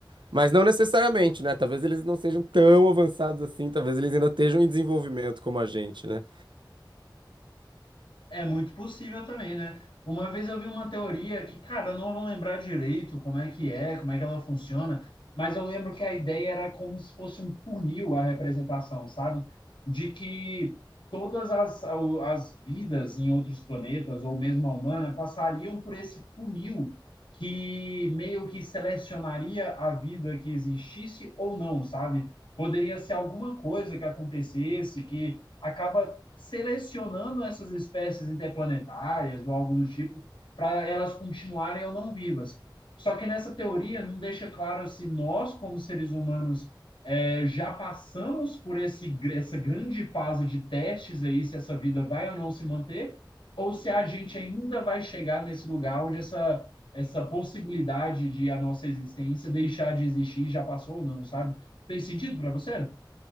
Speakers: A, on the right; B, on the left.
A: Mas não necessariamente, né? Talvez eles não sejam tão avançados assim, talvez eles ainda estejam em desenvolvimento como a gente, né?
B: É muito possível também, né? Uma vez eu vi uma teoria que, cara, eu não vou lembrar direito como é que é, como é que ela funciona, mas eu lembro que a ideia era como se fosse um funil a representação, sabe? De que todas as, as vidas em outros planetas, ou mesmo a humana, passariam por esse funil que meio que selecionaria a vida que existisse ou não, sabe? Poderia ser alguma coisa que acontecesse que acaba selecionando essas espécies interplanetárias ou algo do tipo para elas continuarem ou não vivas. Só que nessa teoria não deixa claro se nós, como seres humanos, é, já passamos por esse, essa grande fase de testes aí, se essa vida vai ou não se manter, ou se a gente ainda vai chegar nesse lugar onde essa, essa possibilidade de a nossa existência deixar de existir já passou ou não, sabe? Fez sentido para você?